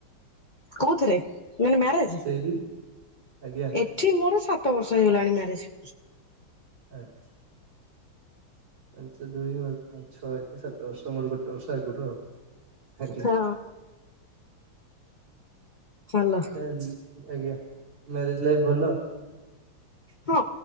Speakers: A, on the left; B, on the right.
A: କୋଉଥିରେ, ମାନେ ମ୍ୟାରେଜ?
B: ସେଇଠି? ଆଜ୍ଞା
A: ଏଠି ମୋର ସାତ ବର୍ଷ ହେଇଗଲାଣି ମ୍ୟାରେଜ।
B: ଆଚ୍ଛା। ଆଚ୍ଛା। ଦୁଇ, ଛଅ, ସାତ ବର୍ଷ ମୋର ଗୋଟେ ବର୍ଷ ଆଗରୁ ଆଉ। ଆଗେ
A: ହଁ ଚାଲ
B: ଆଜ୍ଞା, ମ୍ୟାରେଜ ଲାଇଫ ଭଲ?
A: ହଁ,